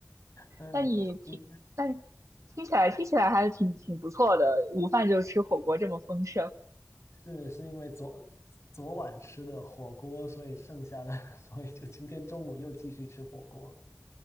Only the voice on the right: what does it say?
那你挺，
但听起来听起来还是挺挺不错的。午饭就吃火锅这么丰盛，